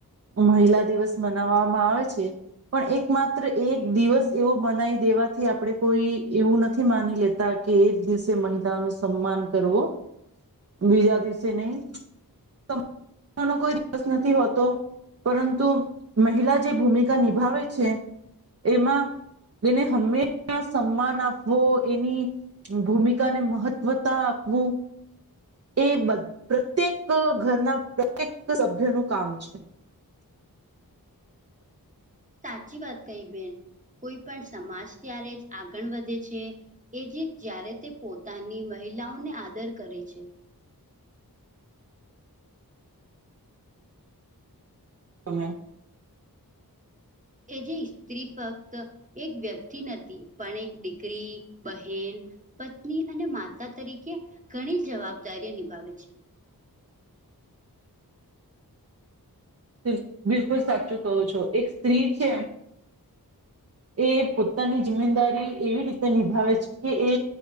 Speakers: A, on the right; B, on the right.
A: મહિલા દિવસ મનાવવામાં આવે છે. પણ એક માત્ર એક દિવસ એવો બનાવઇ દેવાથી આપડે કોઈ એવું નથી માની લેત લેતા કે એક દિવસે મહિલા નુ સન્માન કરવો બીજા દિવસે નહી. ત <unintelligible> કોઈ દિવસ નથી હોતો. પરંતુ મહિલા જે ભૂમિકા નિભાવે છે. એમાં. એને હંમેશા સન્માન આપવો. એની ભૂમિકાને મહત્વ વતા આપવું. એ બ પ્રત્યેક ઘરના પ્રત્યેક સભ્ય નું કામ છે.
B: સાચી વાત કહિ બેન. કોઈ પણ સમાજ ત્યારે જ આગળ વધે છે. એ જે જ્યારે તે પોતાની મહિલાઓને આદર કરે છે.
A: તમે.
B: એ જી સ્ત્રી ફક્ત એક વ્યક્તિ નથી, પણ એક દીકરી બહેન, પત્ની અને માતા તરીકે ઘણી જવાબદારી નિભાવે છે.
A: બિલ બિલકુલ સાચું કહું છો. એક સ્ત્રી છે. એ પોતાની જિમેદારી એવી રીતે નિભાવે છે કે એ.